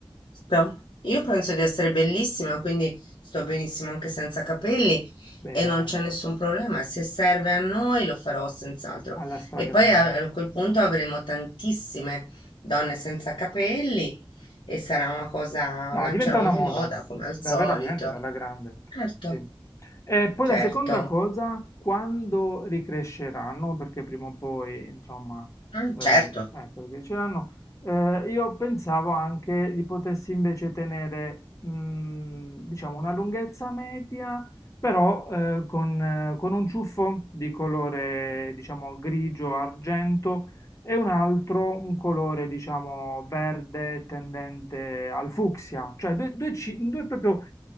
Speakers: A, on the left; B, on the left.
A: Sto- Io penso di essere bellissima, quindi sto benissimo anche senza capelli
B: Bene,
A: e non c'è nessun problema. Se serve a noi lo farò senz'altro.
B: alla stragrande.
A: E poi a a quel punto avremo tantissime donne senza capelli e sarà una cosa,
B: No,
A: lancerò
B: diventa una
A: una
B: moda,
A: moda come al
B: Dai,
A: solito.
B: veramente alla grande.
A: Certo,
B: Sì. E poi
A: certo,
B: la seconda cosa, quando ricresceranno, perché prima o poi, insomma,
A: Mm,
B: eh,
A: certo.
B: ecco, ricresceranno, eh, io pensavo anche li potessi invece tenere, mm, diciamo, una lunghezza media, però eh, con, eh, con un ciuffo di colore, diciamo, grigio-argento e un altro un colore, diciamo, verde tendente al fucsia, cioè due, due ci- due proprio